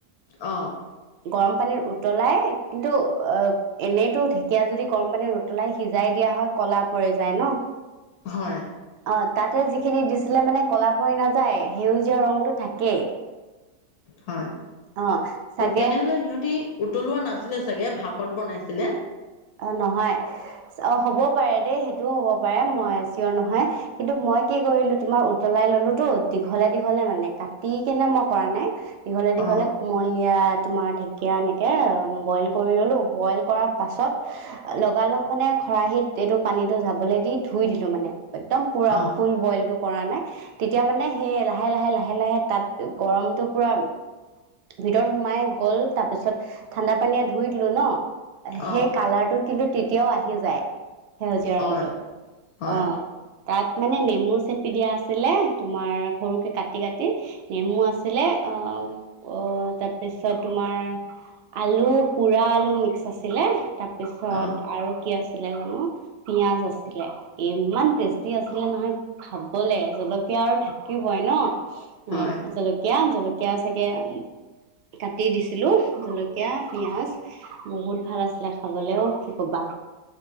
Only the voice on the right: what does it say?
গৰম পানীত উতলাই কিন্তু, অ'- এনেইতো ঢেকীয়া যদি গৰম পানীত উতলাই সিজাই দিয়া হয় ক'লা পৰি যায় ন'।
অ', তা'তে যিখিনি দিছিলে মানে ক'লা পৰি নাযায় সেউজীয়া ৰংটো থাকেই।
অ চাগে
অ', নহয়, অ', হ'বও পাৰে দেই সেইটোও হ'ব পাৰে, মই চিঞৰ নহয়। কিন্তু মই কি কৰিলো তোমাৰ উতলাই ল'লো তো দীঘলে-দীঘলে মানে কাটি কেনে মই কৰা নাই। দীঘলে-দীঘলে-
মই এইয়া তোমাৰ ঢেঁকীয়া এনেকৈ বইল কৰি ল'লো, বইল কৰাৰ পাছত- লগা-লগ মানে খৰাহিত এইটো পানীটো যাবলে দি ধুই দিলো মানে, একদম- পুৰা
ফুল বইলটো কৰা নাই, তেতিয়া মানে সেই লাহে-লাহে-লাহে-লাহে- তা'ত গৰমটো পুৰা- ভিতৰত সোমাই গ'ল, তাৰপিছত ঠাণ্ডা পানীয়ে ধুই দিলো ন' সেই
কালাৰটো- কিন্তু তেতিয়াও আহি যায় সেউজীয়া ৰংটো
অঁ',। তা'ত মানে নেমু চেপি দিয়া আছিলে তোমাৰ সৰুকে কাটি-কাটি। নেমু আছিলে আঁহ', - অ', তাৰপিছত তোমাৰ আলু, পোৰা আলু মিক্স আছিলে। তাৰ- পিছত
আৰু কি আছিলে জানো- পিয়াজ আছিলে, ইমান টেষ্টি আছিলে নহয়। খাবলে। জলকীয়া আৰু থাকিবই ন' উম'
জলকীয়া-জলকীয়া চাগে- কাটি দিছিলোঁ জলকীয়া, পিঁয়াজ। বহুত ভাল আছিলে খাবলৈও কি কবা।